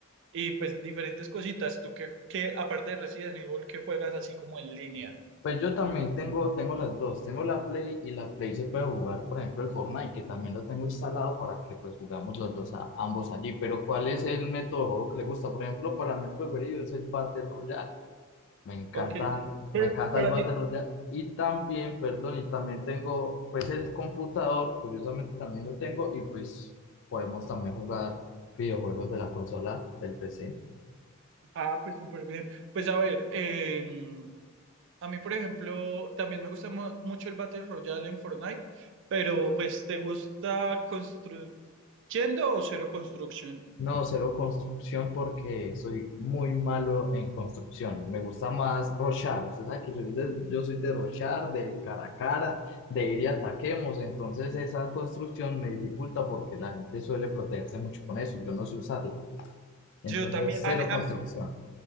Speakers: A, on the right; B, on the left.
A: y pues diferentes cositas. Tú que, que aparte de Resident Evil, que juegas así como en línea.
B: Pues yo también tengo, tengo las dos, tengo la Play y la Play se puede jugar, por ejemplo, el Fortnite, que también lo tengo instalado para que pues jugamos los dos a- ambos allí, pero ¿cuál es el método de juego que le gusta? Por ejemplo, para mí el preferido es el Battle Royale, me encanta,
A: Ok, pero,
B: me encanta
A: pero
B: el Battle
A: a ti,
B: Royale y también, perdón, y también tengo pues el computador, curiosamente también lo tengo y pues podemos también jugar videojuegos de la consola del PC.
A: ah, pues súper bien. Pues a ver, em, a mí, por ejemplo, también me gusta mu- mucho el Battle Royale en Fortnite, pero pues ¿te gusta construyendo o cero construction?
B: No, cero construcción porque soy muy malo en construcción. Me gusta más rochar. Usted sabe que soy de- yo soy de rochar, del cara a cara, de ir y ataquemos. Entonces esa construcción me dificulta porque la gente suele protegerse mucho con eso. Yo no sé usarla. Entonces
A: Yo también,
B: cero
A: a mí,
B: construcción.